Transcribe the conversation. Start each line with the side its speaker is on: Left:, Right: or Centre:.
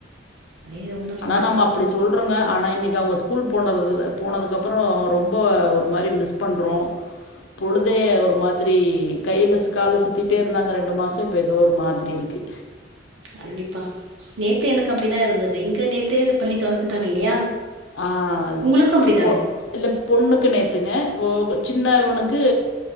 Right: அதே உணர்வு
Left: ஆனா
Right: தான்
Left: நம்ம அப்டி சொல்றோங்க ஆனால் இன்னைக்கு அவங்க ஸ்கூல் போனது போனதுக்கப்புறம் ரொம்ப ஒரு மாரி மிஸ் ப பண்றோம் பொழுதே ஒரு மாதிரி கையில சிக் கால்ல சுத்திட்டே இருந்தாங்க ரெண்டு மாசம் இப்ப ஏதோ ஒரு மாதிரி இருக்கு
Right: கண்டிப்பா நேத்து எனக்கு அப்படிதான் இருந்தது இங்க நேத்தே பள்ளி துரத்துட்டாங்க இல்லையா
Left: ஆ
Right: உங்களுக்கும் அப்படிதானே
Left: சிக்கோ இல்ல பொண்ணுக்கு நேத்துங்க ஓ சின்னவனுக்கு